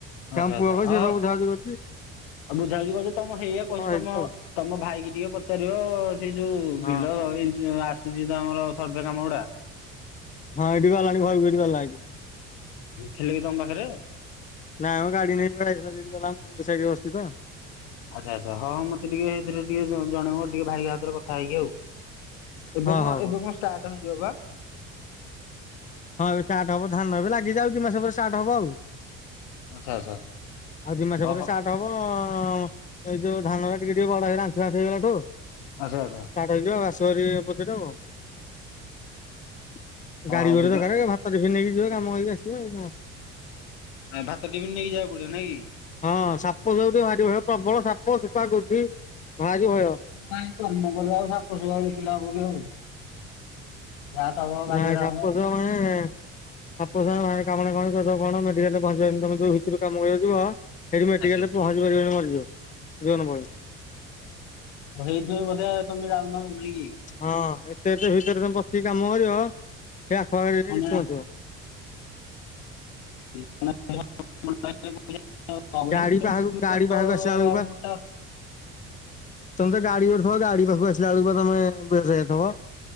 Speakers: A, on the left; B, on the left.
A: ସେ
B: ଆଚ୍ଛା
A: ଆମ ପୁଅ
B: ଆଚ୍ଛା
A: କହିବ
B: ହ
A: ସିଏ
B: ଆଉ
A: ସବୁ ବୁଝାବୁଝି କରୁଛି
B: ବୁଝା ବୁଝି କରୁଛ ତମ ହେଇଆ କହୁଛ
A: ହେଇଯିବ
B: ତମ
A: ଆଉ
B: ତମ ଭାଇ କିି ଟିକେ ପଚାରିବ ସେ ଯୋଉ
A: ହଁ
B: ବିଲ ଏଇ ଆମର ସର୍ଭେ କାମ ଗୁଡା
A: ହଁ ଏଠି ଗଲାଣି ଘରକୁ ଏଠି ଗଲାଣି
B: ଥିଲେ କି ତମ ପାଖରେ?
A: ନାଇଁମ ଗାଡି ନେଇକି କୁଆଡେ ଯାଇଥିଲା ଯଦି ଗଲା ଆ ରୋଡ ସାଇଡରେ ବସିଚି ତ।
B: ଆଚ୍ଛା ଆଚ୍ଛା ହଁ ମତେ ଟିକେ ସେଇଥିରେ ଟିକେ ଜଣେଇବ ଟିକେ ଭାଇ ହାତରେ କଥା ହେଇକି ଆଉ। ଏବେ
A: ହଁ
B: କଣ
A: ହଉ ହଉ।
B: ଏବେ କଣ ଷ୍ଟାର୍ଟ ହେଇଯିବ ବା।
A: ହଁ ଏବେ ଷ୍ଟାଟ ହବ ଧାନ ଏବେ ଲାଗିଯାଉ ଦି ମାସ ପରେ ଷ୍ଟାର୍ଟ ହବ ଆଉ।
B: ଆଚ୍ଛା ଆଚ୍ଛା
A: ଆଉ ଦି ମାସ
B: ହଁ
A: ପରେ
B: ହଁ
A: ଷ୍ଟାର୍ଟ ହବ। ହ ଏଇ ଯୋଉ ଧାନଟ ଟିକେ ଟିକେ ବଡ ହେଇଗଲା ଆଠୁ ଆଠୁ ହେଇଗଲାଠୁ
B: ଆଚ୍ଛା।
A: ହେଇ ଘାସ <unintelligible>
B: ହଁ ହଁ ଯିବା
A: ଭାତ ଟିଫିନ୍ ନେଇକି ଯିବେ କାମ କରକି ଆସିବା ଆଉ କଣ।
B: ଆ ଭାତ ଟିଫିନ୍ ନେଇକି ଯିବାକୁ ପଡିବ ନାଇଁ କି?
A: ହଁ ସାପ ସୂପା କୁ ଟିକେ ଭାରି ଭୟ ପ୍ରବଳ ସାପ ସୁପା ଗୋଧି ଭାରି ଭୟ।
B: କଁ କର୍ମ କରିବାବେଳୁ ଆଉ ସାପ ସୁପା ଦେଖିଲେ ଆଉ। <unintelligible> ଯାହା ତମ ଭାଗ୍ୟରେ
A: ନାଇଁ ସାପ
B: ହେବ ଆଉ।
A: ତ ମାନେ ସାପ <unintelligible> କାମ କଣ କଣ ମେଡିକାଲ୍ ରେ ପହଞ୍ଚା <unintelligible> ତମେ ଯୋଉ ଭିତରେ କାମ କରାଯିବ ସେଠ ମେଡିକାଲ୍
B: ଆଚ୍ଛା ଆଚ୍ଛା
A: ରେ ପହଞ୍ଚ <unintelligible> ମରିଯିବ <unintelligible>
B: କହିଲି ଯେ ବୋଧେ ତମେ ଯାଉନ ମୁଁ କିଏ
A: ହଁ ଏତେ ଏତେ ଭିତରେେ ବସିକି କାମ କରିବ ସେ ଆଖ ପାଖ
B: ମାନେ
A: କିଛି ନଥିବ।
B: <unintelligible>
A: ଗାଡି ପାଖକୁ ଗାଡି ପାଖକୁ ଆସିଲା ବେଳକୁ ବା ତମେ ତ ଗାଡି <unintelligible> ଥିବ ଗାଡି ପାଖକୁ ଆସିଲା ବେଳକୁ ତମେ ବେହୋସ ହେଇଯାଇଥିବ।